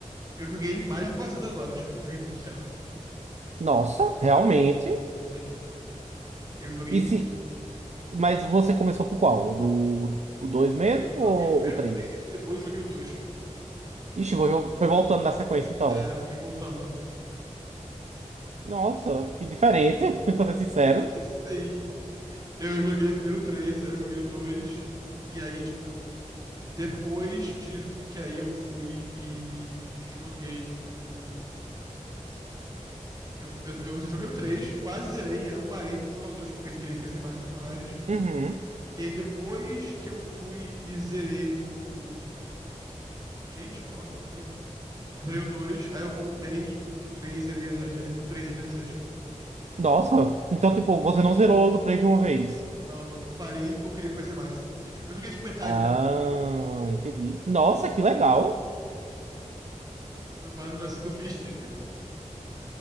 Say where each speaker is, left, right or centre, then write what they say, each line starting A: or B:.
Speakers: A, on the right; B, on the right.
A: eu joguei ele mais de 400 horas, cara. Eu joguei muito tempo.
B: Nossa, realmente.
A: Sim. Eu joguei
B: E
A: muito.
B: se... Mas você começou por qual? O do o 2 mesmo
A: Não, eu
B: ou
A: joguei primeiro
B: o 3?
A: 3, depois joguei o 2.
B: Ixi, foi, foi voltando na sequência, então.
A: É, foi voltando.
B: Nossa, que diferente, <laughs> pra ser sincero.
A: <laughs> Sim. Eu joguei primeiro o 3, aí eu joguei o 2 e aí, tipo. Depois disso, que aí eu fui e joguei o. Eu, eu, eu joguei o 3, quase zerei, aí eu parei e fui jogar o 2 porque eu queria conhecer mais personagens.
B: Uhum.
A: E aí depois que eu fui e zerei o. Gente, qual é o nome do jogo? Zerei o dois aí eu voltei pro três zerei as, o 3 e as DLCs.
B: Nossa, então, tipo, você não zerou logo o 3 de uma vez.
A: Não, não, eu parei porque eu queria conhecer mais, entendeu? Eu joguei tipo metade
B: Ah,
A: dele.
B: entendi. Nossa, que legal.
A: Foi mais ou menos assim que eu fiz. Sim.